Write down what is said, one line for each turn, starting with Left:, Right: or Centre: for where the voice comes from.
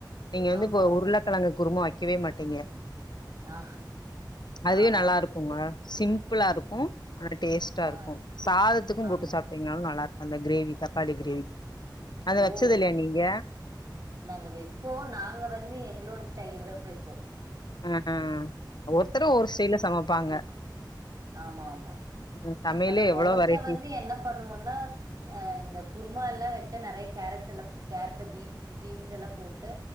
Left: நீங்க வந்துப்
Right: ஆமா, ஆமா.
Left: உருளக்கிழங்கு குருமா வைக்கவே மாட்டீங்க
Right: ஆ
Left: அதுவே
Right: ஆமா
Left: நல்லா இருக்குங்க சிம்பிளா இருக்கு ஆனா டேஸ்ட்டா
Right: ஆ
Left: இருக்கு சாதத்துக்கும்
Right: ஆமா.
Left: போட்டு சாப்ட் டிங்னாலு நல்லா இருக்கு அந்த கிரேவி தக்காளி கிரேவி அத
Right: ஓ!
Left: வச்சது இல்லயா நீங்க
Right: நாங்க வெப்போ நாங்க வந்து எங்ளோட ஸ்டைல்லதா வெப்போ
Left: அ ஹ ஒவ்வொருத்தரு ஒவ்வொரு ஸ்டைல்ல சமைப்பாங்க
Right: ஆமா ஆமா
Left: ம், சமையலே
Right: ஆனா
Left: எவ்ளோ
Right: மோஸ்டா
Left: வெரைட்டி
Right: வந்து என்ன பண்ணுவோனா அ இந்த குருமா எல்லா வச்சா நெறய கேரட்ஸ் எல்லா கேரட் பீட் பீன்ஸ் எல்லா போட்டு